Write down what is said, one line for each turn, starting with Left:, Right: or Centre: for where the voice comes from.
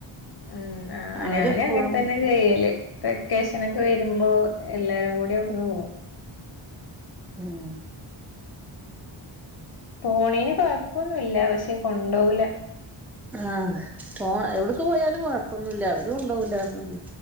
Left: ഉം ഉം ആ
Centre: അവരെപ്പോഴും
Left: ഞാനും അങ്ങനെ തന്നായാ ചെയ്യല് വെക്കേഷനൊക്കെ വരൂ രുമ്പോ എല്ലാരും കൂടി ആവിടുന്ന് പോകും
Centre: ഉം
Left: പൊണേന് കൊഴപ്പവൊന്നുവില്ല പക്ഷെ കൊണ്ടവുല
Centre: ആഹ പോ എവിടക്ക് പോയാലും കൊഴപ്പൊന്നുല്ല അവര് കൊണ്ടോവുലാന്നൊള്ളു